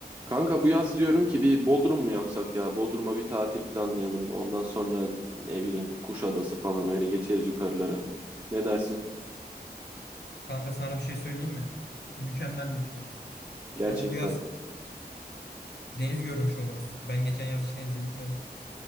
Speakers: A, on the right; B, on the left.
A: Kanka bu yaz diyorum ki bir Bodrum mu yapsak ya? Bodrum'a bir tatil planlayalım. Ondan sonra ne bileyim Kuşadası falan öyle geçeriz yukarılara. Ne dersin?
B: Kanka sana bir şey söyleyeyim mi? Mükemmel bir fikir.
A: Gerçekten.
B: Hem bu yaz deniz görmüş oluruz. Ben geçen yaz hiç denize gitmedim.